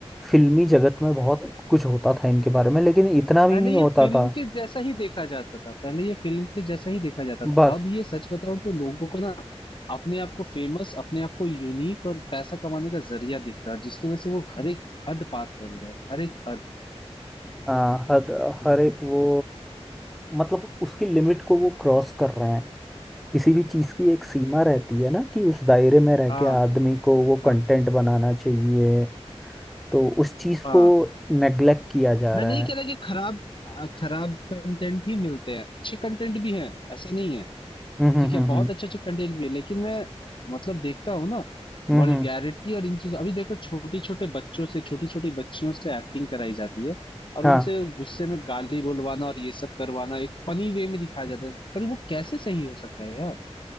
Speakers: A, in the centre; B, on the left.
A: फिल्मी जगत में बहुत कुछ होता था इनके बारे में लेकिन इतना भी
B: पहले
A: नहीं
B: ये
A: होता
B: फिल्म
A: था
B: के जैसा ही देखा जाता था पहले ये फिल्म के जैसा ही देखा जाता था
A: बस
B: अब ये सच बताऊं तो लोगों को ना अपने आप को फेमस अपने आप को यूनिक और पैसा कमाने का जरिया दिख रहा है जिसकी वजह से वो हर एक हद पार कर रहे हैं हर एक हद
A: हाँ हद हर एक वो मतलब उसकी लिमिट को वो क्रॉस कर रहे हैं किसी भी चीज की एक सीमा रहती है ना कि उस दायरे में रह
B: हाँ
A: के आदमी को वो
B: हाँ।
A: कंटेंट बनाना चाहिए तो उस चीज
B: हाँ
A: को नेग्लेक्ट किया जा
B: मैं
A: रहा
B: नहीं
A: है
B: कह रहा कि खराब आ, खराब कंटेंट ही मिलते हैं अच्छे कंटेंट भी हैं ऐसा नहीं है
A: हम्म हम्म
B: ठीक है
A: हम्म
B: बहुत
A: हम्म
B: अच्छे अच्छे कंटेंट भी है लेकिन मैं मतलब देखता हूँ ना
A: हम्म,
B: वल्गैरिटी
A: हम्म,
B: और इन चीजों अभी देखो छोटे छोटे बच्चों से छोटी छोटी बच्चियों से एक्टिंग कराई जाती है और
A: हाँ
B: उनसे गुस्से में गाली बोलवाना और ये सब करवाना एक फनी वे में दिखाया जाता है पर वो कैसे सही हो सकता है यार